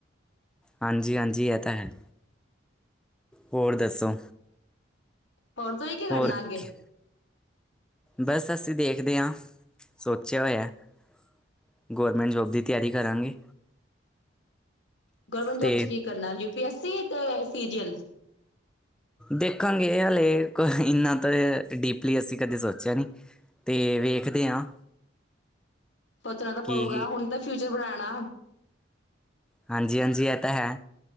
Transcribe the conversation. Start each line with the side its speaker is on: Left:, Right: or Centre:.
Centre: ਹਾਂਜੀ ਹਾਂਜੀ ਏਹ ਤਾਂ ਹੈ। ਹੋਰ ਦੱਸੋ।
Left: ਹੋਰ ਤੁੂਹੀ ਕੀ ਕਰਨਾ
Centre: ਹੋਰ
Left: ਅੱਗੇ।
Centre: ਕੀ- ਬਸ ਅਸੀਂ ਦੇਖਦੇ ਹਾਂ ਸੋਚ <unintelligible> ਗੌਰਮੈਂਟ ਜੋਬ ਦੀ ਤਿਆਰੀ ਕਰਾਂਗੇ।
Left: ਗਵਰਮੈਂਟ ਜੋਬ
Centre: ਤੇ
Left: ਚ ਕੀ ਕਰਨਾ? U P S C? ਤੇ ਸੀਰੀਅਲ
Centre: ਦੇਖਾਂਗੇ। ਹਾਲੇ ਕ ਏਨਾ ਤਾਂ ਡੀਪਲੀ ਅਸੀ ਕਦੇ ਸੋਚਿਆ ਨੀ। ਤੇ ਵੇਖਦੇ ਹਾਂ
Left: ਸੋਚਣਾ ਤਾਂ ਪਊਗਾ।
Centre: ਕੀ
Left: ਹੁਣ ਤਾਂ ਫਿਊਚਰ ਬਣਾ ਨਾ
Centre: ਹਂਜੀ-ਹਂਜੀ। ਐ ਤਾਂ ਹੈ।